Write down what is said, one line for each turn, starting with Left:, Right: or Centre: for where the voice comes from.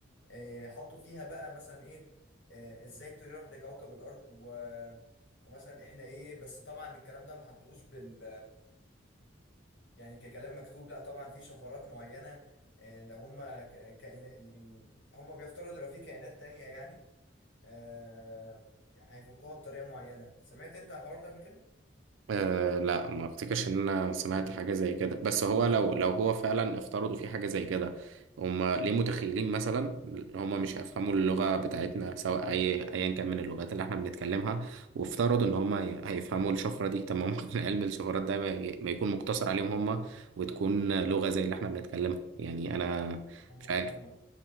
Left: إيه حطوا فيها بقى مثلا ايه إيه ازاي تروح لكوكب الارض و... ومثلا احنا ايه بس طبعا الكلام ده ما حطوش بال يعني ككلام مكتوب لا طبعا في شفرات معينة إيه لو هم ك... كائنات هم بيفترضوا لو في كائنات تانية يعني آه... هيفكوها بطريقة معينة سمعت انت الحوار ده قبل كده؟
Right: أه لا ما افتكرش ان انا سمعت حاجه زي كده بس هو لو لو هو فعلا افترضوا في حاجه زي كده هم ليه متخيلين مثلا هم مش هيفهموا اللغه بتاعتنا سواء اي ايا كان من اللغات اللي احنا بنتكلمها وافترضوا ان هم هي- هيفهموا الشفره دي <laughs> طب ما ممكن <laughs> علم الشفرات ده ما ي- ما يكون مقتصر عليهم هم وتكون لغه زي اللي احنا بنتكلمها يعني انا
Left: هم
Right: مش عارف
Left: هم